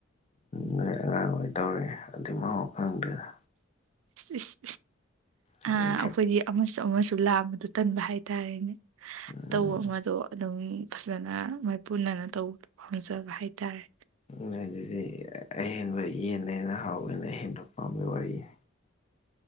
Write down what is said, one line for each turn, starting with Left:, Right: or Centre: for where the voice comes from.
Left: ꯎ ꯅꯣꯏ ꯑꯉꯥꯡ ꯑꯣꯏ ꯇꯧꯔꯤ ꯑꯗꯨꯏ ꯃꯍꯥꯎ ꯈꯪꯗꯦꯗ <unintelligible>
Right: ꯏꯁ
Left: ꯍꯌꯦꯡꯈꯛ
Right: ꯑ ꯑꯩꯈꯣꯏꯗꯤ ꯑꯃꯁꯨ ꯑꯃꯁꯨ ꯂꯥꯝꯕꯗꯣ ꯇꯟꯕ ꯍꯥꯏꯇꯥꯔꯦꯅꯦ
Left: ꯎꯝ
Right: ꯑꯇꯧꯕ ꯑꯃꯗꯣ ꯑꯗꯨꯝ ꯐꯖꯅ ꯃꯥꯏꯄꯨꯅꯅ ꯇꯧꯕ ꯄꯥꯝꯖꯕ ꯍꯥꯏꯇꯥꯔꯦ
Left: ꯅꯣꯏꯑꯗꯨꯗꯤ ꯑꯍꯦꯟꯕ ꯌꯦꯟꯅ ꯍꯥꯎꯋꯦꯅ ꯍꯦꯟꯕ ꯄꯥꯝꯕꯩ ꯋꯥꯔꯤꯅꯤ